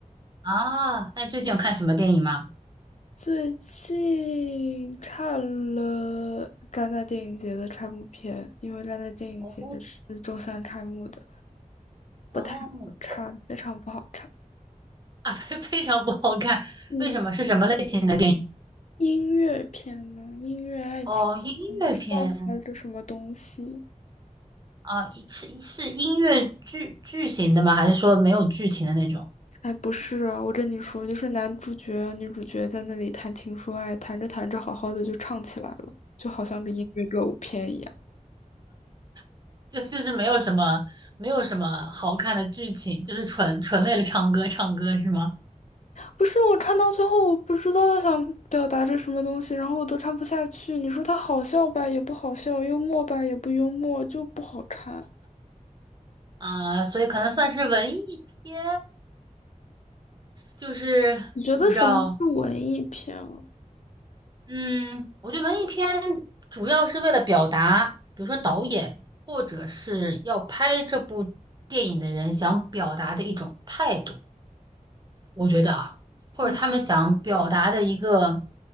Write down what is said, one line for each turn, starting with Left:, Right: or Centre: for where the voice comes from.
Right: 啊，那最近有看什么电影吗？
Left: 最近看了戛纳电影节的开幕片，因为戛纳电影节是周三开幕的，
Right: 哦哦，
Left: 不太好看，非常不好看。
Right: 啊，<laughs> 非非常不好看，
Left: 嗯，
Right: 为什么？是什么类型的电影？
Left: 音乐片呢？音乐爱情，
Right: 哦，音乐片
Left: 嗯不知道拍的什么东西。
Right: 啊，一是是音乐剧剧情的吗？还是说没有剧情的那种？
Left: 哎，不是啊，我跟你说，就是男主角、女主角在那里谈情说爱，谈着谈着，好好的就唱起来了，就好像是音乐歌舞片一样。
Right: <laughs> 就就是没有什么没有什么好看的剧情，就是纯纯为了唱歌唱歌是吗？
Left: 不是，我看到最后，我不知道他想表达着什么东西，然后我都看不下去。你说他好笑吧，也不好笑；幽默吧，也不幽默，就不好看。
Right: 啊，所以可能算是文艺片，就是你知道，
Left: 你觉得什么是文艺片啊？
Right: 嗯，我觉得文艺片主要是为了表达，比如说导演或者是要拍这部电影的人想表达的一种态度，我觉得啊，或者他们想表达的一个
Left: 嗯，